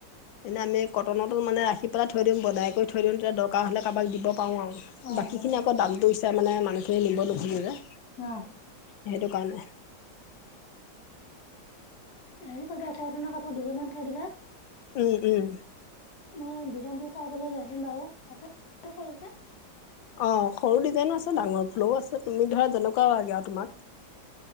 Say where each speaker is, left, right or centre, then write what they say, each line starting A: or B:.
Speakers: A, on the left; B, on the left.
A: এনে আমি কটনতো মানে ৰাখি পেলাই থৈ দিম বনাই কৰি থৈ দিম তেতিয়া দৰকাৰ হলে কাৰোবাক দিব পাৰো আৰু
B: অ
A: বাকী
B: অ
A: খিনি আকৌ দামতটো মানে মানুহ চবেই নিব নুখুযে যে
B: অঁ
A: সেইটো কাৰণে
B: হেৰি কৰিবা কটনৰ কাপোৰ দুজুমান থৈ দিবা
A: উম উম
B: মই ডিজাইনটো চাই পেলাই লৈ আহিম বাৰু আছে সৰুকে
A: অঁ সৰু ডিজাইনো আছে ডাঙৰ ফুলওঁ আছে তুমি ধৰা যেনেকুৱা লাগে আৰু তোমাক